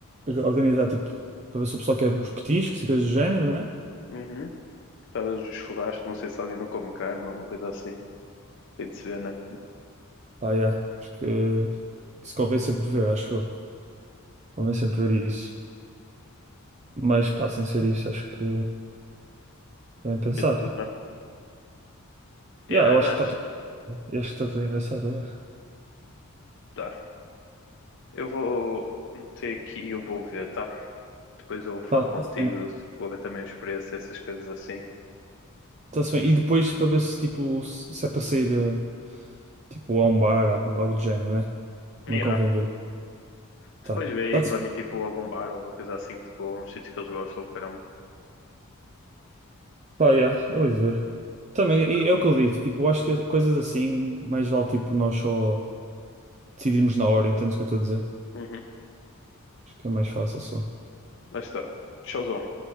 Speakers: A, on the right; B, on the left.
A: organizar, tipo, para ver se o pessoal quer os petiscos e coisas do género, né?
B: Uhum. Talvez um churrasco, não sei se alguém não come carne ou alguma coisa assim. Tem de se ver, né?
A: Ah, yeah. Acho que isso convém sempre ver, acho eu. Convém sempre ver isso. Mas pá, sem ser isso, acho que bem pensado.
B: É tudo, né? Yeah,
A: Yeah, eu
B: eu
A: acho
B: acho.
A: que está tudo. Eu acho que está tudo engraçado, obrigado.
B: Tá. Eu vou meter aqui e eu vou ver, tá? Depois eu falo
A: Tá,
B: contigo,
A: tá-se bem.
B: vou ver também a experiência, essas coisas assim.
A: Tá-se bem. E depois para ver se tipo se se é para sair eh, tipo a um bar, algo, algo do género, né? Também
B: Yeah.
A: convém ver.
B: Depois
A: Tá.
B: vê
A: Tá-se
B: aí para mim, tipo, algum bar ou uma coisa assim, tipo, alguns sítios que eles gostam, caramba.
A: pá, yeah, eu hei de ver. Também,
B: Tá.
A: e é o que eu disse, tipo, eu acho que coisas assim, mais vale tipo nós só decidirmos na hora, entendes o que eu estou a dizer?
B: Uhum.
A: Acho que é mais fácil só.
B: Mas tá. Showzão.